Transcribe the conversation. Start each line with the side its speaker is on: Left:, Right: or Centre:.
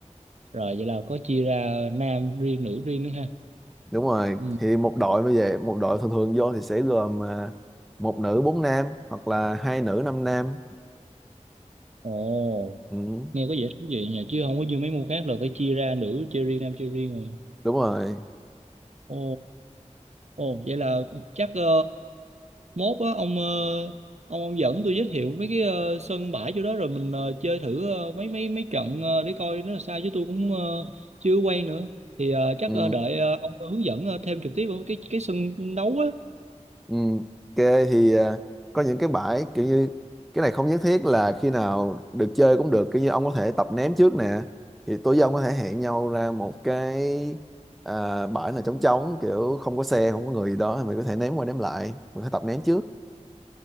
Right: rồi vậy là có chia ra nam riêng nữ riêng nữa ha
Centre: Đúng rồi,
Right: ừ.
Centre: thì một đội bây giờ một đội thường thường vô thì sẽ gồm à, một nữ bốn nam hoặc là hai nữ năm nam.
Right: ồ
Centre: Ừ,
Right: nghe có vẻ thú vị nhỉ chứ không có như mấy môn khác là phải chia ra nữ chơi riêng nam chơi riêng rồi
Centre: đúng rồi.
Right: ồ ồ vậy là chắc ờ, mốt á ông ờ, ông ông dẫn tôi giới thiệu mấy cái ờ, sân bãi chỗ đó rồi mình ờ, chơi thử ờ, mấy mấy mấy trận ờ, để coi nó là sao chứ tôi cũng ờ, chưa quen nữa thì ờ, chắc
Centre: Ừ.
Right: ờ, đợi ờ, ông hướng dẫn ờ, thêm trực tiếp ở cái cái sân đấu á
Centre: Ừ, ok thì à, có những cái bãi kiểu như cái này không nhất thiết là khi nào được chơi cũng được kiểu như ông có thể tập ném trước nè thì tối với ông có thể hẹn nhau ra một cái à, bãi nào trống trống kiểu không có xe không có người gì đó thì mình có thể ném qua ném lại mình có thể tập ném trước